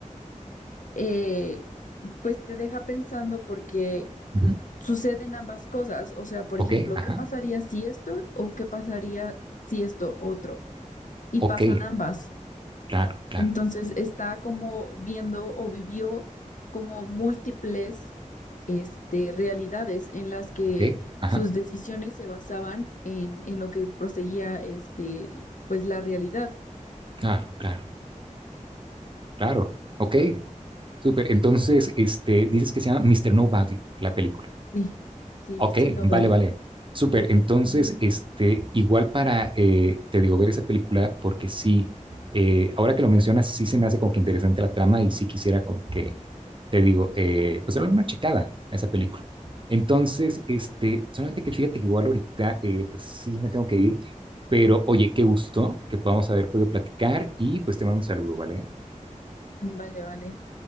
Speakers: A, on the left; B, on the right.
A: eh, pues te deja pensando porque
B: ujú,
A: suceden ambas cosas, o sea, por
B: Ok,
A: ejemplo,
B: ajá.
A: ¿qué pasaría si esto o qué pasaría si esto otro? Y
B: Ok,
A: pasan ambas.
B: claro, claro.
A: Entonces está como viendo o vivió como múltiples este, realidades en las que
B: Ok, ajá.
A: sus decisiones se basaban en, en lo que proseguía este, pues la realidad.
B: Claro, claro, claro. Ok, súper. Entonces, este, dices que se llama Mister Nobody, la película.
A: Sí, sí,
B: Ok,
A: mister Nobody.
B: vale, vale. Súper. Entonces, este, igual para, eh, te digo, ver esa película, porque sí, eh, ahora que lo mencionas, sí se me hace como que interesante la trama y sí quisiera como que, te digo, eh, pues darle una checada a esa película. Entonces, este, solamente que fíjate que igual ahorita, eh, pues sí me tengo que ir, pero oye, qué gusto que podamos haber podido platicar y pues te mando un saludo, ¿vale?
A: Vale, vale.